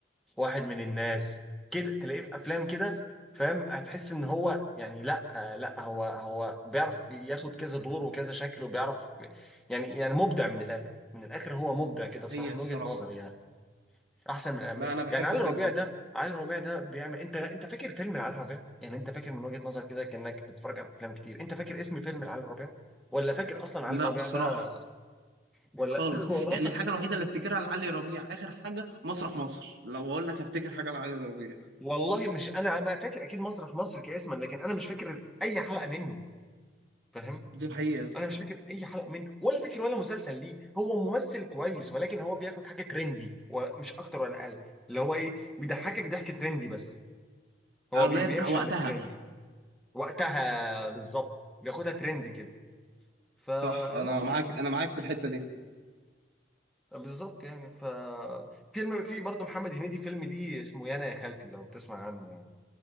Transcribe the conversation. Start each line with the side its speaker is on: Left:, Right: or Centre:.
Centre: واحد من الناس كده تلاقيه في افلام كده فاهم هتحس ان هو يعني لا آه، لا هو هو بيعرف ياخد كذا دور وكذا شكل وبيعرف يعني يعني مبدع من الاخر من الاخر هو مبدع كده بصراحه
Right: هي
Centre: من
Right: الصراحه
Centre: وجهه نظري يعني احسن من
Right: لا
Centre: أم-
Right: انا بحبه
Centre: يعني علي ربيع
Right: جدا
Centre: ده علي ربيع ده بيعمل انت انت فاكر فيلم علي ربيع يعني انت فاكر من وجهه نظرك كده كانك بتتفرج على افلام كتير انت فاكر اسم فيلم علي ربيع ولا فاكر اصلا علي
Right: لا
Centre: ربيع
Right: الصراحه
Centre: ده ولا
Right: خالص
Centre: <laughs> ولا
Right: يعني
Centre: اصلا
Right: الحاجه الوحيده اللي افتكرها لعلي ربيع اخر حاجه مسرح مصر لو اقول لك هفتكر حاجه لعلي ربيع
Centre: والله مش انا ما فاكر اكيد مسرح مصر كاسما لكن انا مش فاكر اي حلقه منه فاهم
Right: دي الحقيقه
Centre: انا مش فاكر اي حلقه منه ولا فاكر ولا مسلسل ليه هو ممثل كويس ولكن هو بياخد حاجه ترندي ومش اكتر ولا اقل اللي هو ايه بيضحكك ضحك ترندي بس هو
Right: آه، اللي
Centre: بي
Right: هي
Centre: بيمشي
Right: بتاع وقتها
Centre: على الترند وقتها بالظبط بياخدها ترندي كده فلا
Right: صح انا
Centre: يعني
Right: معاك انا معاك في الحته دي
Centre: بالظبط يعني ف فيلم في برضه محمد هنيدي فيلم ليه اسمه يانا يا خالتي لو بتسمع عنه يعني